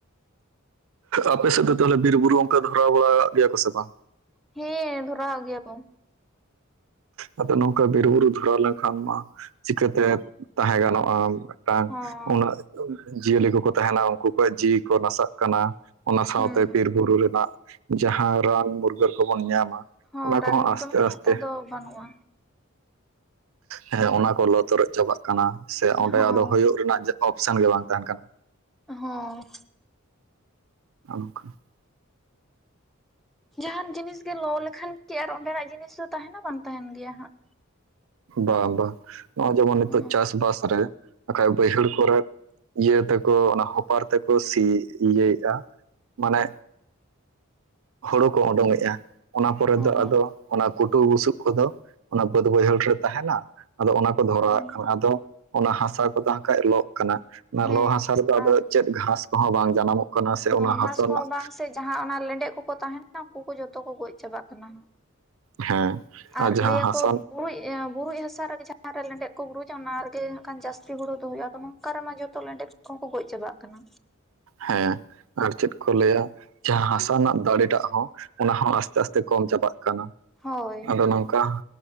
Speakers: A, on the right (about 75°); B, in the centre.
A: ᱟᱯᱮ ᱥᱮᱫ ᱫᱚ ᱛᱟᱦᱚᱞᱮ ᱵᱤᱨ ᱵᱩᱨᱩ ᱚᱝᱠᱟ ᱫᱷᱚᱨᱟᱣ ᱵᱟᱲᱟ ᱠᱟᱜ ᱯᱮᱭᱟᱠᱚ ᱥᱮ ᱵᱟᱝ?
B: ᱦᱮᱸ ᱫᱷᱚᱨᱟᱣ ᱜᱮᱭᱟ ᱠᱚ᱾
A: ᱟᱫᱚ ᱱᱚᱝᱠᱟ ᱵᱤᱨ ᱵᱩᱨᱩ ᱫᱷᱚᱨᱟᱣ ᱞᱮᱝᱠᱷᱟᱱ ᱢᱟ, ᱪᱤᱠᱟᱹᱛᱮ ᱛᱟᱦᱮᱸ ᱜᱟᱱᱚᱜᱼᱟ᱾ ᱴᱟᱝ,
B: ᱦᱚᱸ
A: ᱩᱱᱟᱹᱜ ᱡᱤᱭᱟᱹᱞᱤ ᱠᱚᱠᱚ ᱛᱟᱦᱮᱸᱱᱟ ᱩᱝᱠᱩ ᱠᱚᱣᱟᱜ ᱡᱤᱣᱤ ᱠᱚ ᱱᱟᱥᱟᱜ ᱠᱟᱱᱟ᱾ ᱚᱱᱟ ᱥᱟᱶᱛᱮ
B: ᱦᱩᱸ
A: ᱵᱤᱨᱵᱩᱨᱩ ᱨᱮᱱᱟᱜ ᱡᱟᱸᱦᱟᱸ ᱨᱟᱱ ᱢᱩᱨᱜᱟᱹᱱ ᱠᱚᱵᱚᱱ ᱧᱟᱢᱟ
B: ᱦᱚᱸ
A: ᱚᱱᱟ ᱠᱚᱦᱚᱸ
B: ᱨᱟᱱ ᱢᱩᱨᱜᱟᱹᱱ
A: ᱟᱥᱛᱮ
B: ᱠᱚᱢᱟ
A: ᱟᱥᱛᱮ
B: ᱱᱮᱛᱟᱨ ᱫᱚ ᱵᱟᱹᱱᱩᱜ-ᱟ᱾
A: ᱦᱮᱸ ᱚᱱᱟ ᱠᱚ ᱞᱚ ᱛᱚᱨᱚᱪ ᱪᱟᱵᱟᱜ ᱠᱟᱱᱟ ᱥᱮ ᱚᱸᱰᱮ
B: ᱦᱚᱸ
A: ᱟᱫᱚ ᱦᱩᱭᱩᱜ ᱨᱮᱱᱟᱜ ᱪᱮᱫ ᱚᱯᱥᱮᱱ ᱜᱮ ᱵᱟᱝ ᱛᱟᱦᱮᱱ ᱠᱟᱱᱟ᱾
B: ᱦᱚᱸ
A: <inaudible>
B: ᱡᱟᱸᱦᱟᱱ ᱡᱤᱱᱤᱥ ᱜᱮ ᱞᱚ ᱞᱮᱠᱷᱟᱱ ᱠᱮ ᱟᱨ ᱚᱸᱰᱮᱱᱟᱜ ᱡᱤᱱᱤᱥ ᱫᱚ ᱛᱟᱦᱮᱱᱟ? ᱵᱟᱝ ᱛᱟᱦᱮᱱ ᱜᱮᱭᱟ ᱦᱟᱸᱜ᱾
A: ᱵᱟᱝ ᱵᱟᱝ ᱱᱚᱜᱼᱚᱭ ᱡᱮᱢᱚᱱ ᱱᱤᱛᱚᱜ
B: ᱦᱚᱸ
A: ᱪᱟᱥ-ᱵᱟᱥ ᱨᱮ ᱦᱟᱸᱠᱷᱟᱡ ᱵᱟᱹᱭᱦᱟᱹᱲ ᱠᱚᱨᱮ ᱤᱭᱟᱹ ᱛᱮᱠᱚ ᱚᱱᱟ ᱦᱚᱯᱟᱨ ᱛᱮᱠᱚ ᱥᱤ ᱤᱭᱟᱹᱭᱮᱜᱼᱟ ᱢᱟᱱᱮ ᱦᱩᱲᱩ ᱠᱚ ᱩᱰᱩᱝᱮᱜᱼᱟ, ᱚᱱᱟ ᱯᱚᱨᱮ ᱫᱚ
B: ᱦᱚᱸ
A: ᱟᱫᱚ ᱚᱱᱟ ᱠᱩᱴᱩ ᱵᱩᱥᱩᱵ ᱠᱚᱫᱚ ᱚᱱᱟ ᱵᱟᱹᱫ ᱵᱟᱹᱭᱦᱟᱹᱲ ᱨᱮ ᱛᱟᱦᱮᱱᱟ᱾ ᱟᱫᱚ ᱚᱱᱟ ᱠᱚ ᱫᱷᱚᱨᱟᱣᱟᱜ
B: ᱦᱚᱸ
A: ᱠᱟᱱᱟ ᱟᱫᱚ ᱚᱱᱟ ᱦᱟᱥᱟ ᱠᱚᱫᱚ ᱦᱟᱸᱠᱷᱟᱡ ᱞᱚᱜ ᱠᱟᱱᱟ, ᱚᱱᱟ
B: ᱦᱮᱸ
A: ᱞᱚ ᱦᱟᱥᱟ ᱨᱮᱫᱚ ᱟᱫᱚ
B: ᱟᱨ
A: ᱪᱮᱫ ᱜᱷᱟᱥ ᱠᱚᱦᱚᱸ ᱵᱟᱝ ᱡᱟᱱᱟᱢᱚᱜ ᱠᱟᱱᱟ ᱥᱮ
B: ᱦᱚᱸ
A: ᱚᱱᱟ ᱦᱟᱥᱟ
B: ᱜᱷᱟᱥ
A: ᱨᱮᱱᱟᱜ
B: ᱠᱚᱦᱚᱸ ᱵᱟᱝ ᱥᱮ ᱡᱟᱸᱦᱟᱸ ᱚᱱᱟ ᱞᱮᱸᱰᱮᱜ ᱠᱚᱠᱚ ᱛᱟᱦᱮᱱᱟ ᱩᱝᱠᱩ ᱠᱚ ᱡᱚᱛᱚ ᱠᱚ ᱜᱚᱡ ᱪᱟᱵᱟᱜ ᱠᱟᱱᱟ᱾
A: ᱦᱮᱸ
B: ᱟᱨ
A: ᱡᱟᱦᱟᱸ
B: ᱞᱟᱹᱭ
A: ᱦᱟᱥᱟ
B: ᱟᱠᱚ ᱵᱩᱨᱩᱡᱽ ᱮᱸ ᱵᱩᱨᱩᱡᱽ ᱦᱟᱥᱟ ᱨᱮᱜᱮ ᱡᱟᱸᱦᱟ ᱨᱮ ᱞᱮᱸᱰᱮᱛ ᱠᱚ ᱵᱩᱨᱩᱡᱟ ᱚᱱᱟ ᱨᱮᱜᱮ ᱦᱟᱸ ᱠᱷᱟᱱ ᱡᱟᱹᱥᱛᱤ ᱦᱩᱲᱩ ᱫᱚ ᱦᱩᱭᱩᱜᱼᱟ, ᱟᱫᱚ ᱱᱚᱝᱠᱟ ᱨᱮᱢᱟ ᱡᱚᱛᱚ ᱞᱮᱸᱰᱮᱛ ᱠᱚ ᱠᱚ ᱜᱚᱡ ᱪᱟᱵᱟᱜ ᱠᱟᱱᱟ᱾
A: ᱦᱮᱸ ᱟᱨ ᱪᱮᱫ ᱠᱚ ᱞᱟᱹᱭᱟ? ᱡᱟᱸᱦᱟᱸ ᱦᱟᱥᱟ ᱨᱮᱱᱟᱜ ᱫᱟᱲᱮᱴᱟᱜ ᱦᱚᱸ ᱚᱱᱟ ᱦᱚᱸ ᱟᱥᱛᱮ ᱟᱥᱛᱮ ᱠᱚᱢ ᱪᱟᱵᱟᱜ ᱠᱟᱱᱟ᱾
B: ᱦᱳᱭ
A: ᱟᱫᱚ ᱱᱚᱝᱠᱟ,